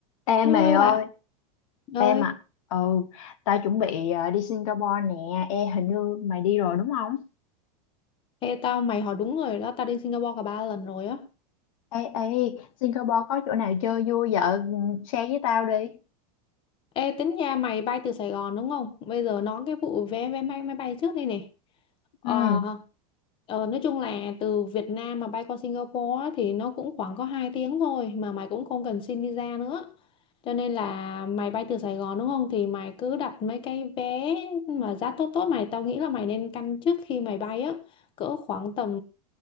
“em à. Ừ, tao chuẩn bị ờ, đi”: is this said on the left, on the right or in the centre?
Left